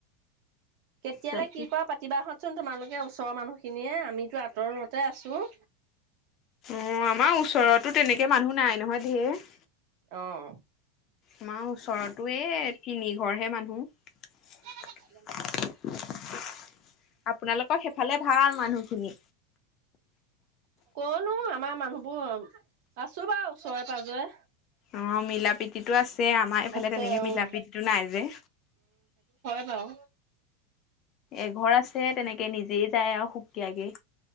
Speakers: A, on the right; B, on the left.
A: কেতিয়ালে
B: তাকে।
A: কি কৰা পাতিবাহত চোন তোমালোকে ওচৰৰ মানুহখিনিয়ে আমিতো আঁতৰতে আছোঁ
B: অ আমাৰ ওচৰতো তেনেকে মানুহ নাই নহয় ধেৰ
A: অহ
B: আমাৰ ওচৰতো এই তিনি ঘৰহে মানুহ
A: ম <inaudible>
B: <unintelligible> আপোনালোকক সেইফালে ভাল মানুহ খিনি
A: কনো আমাৰ মানুহবোৰ আছোঁ বাৰু ওচৰে পাজৰে
B: অ মিলা প্ৰীতিতো আছে যে আমাৰ এইফালে
A: আছে
B: তেনেকে
A: উম,
B: মিলা প্ৰীতিটো নাই যে
A: বাও
B: এঘৰ আছে তেনে কে নিজেই যায় আৱ সুকীয়াকে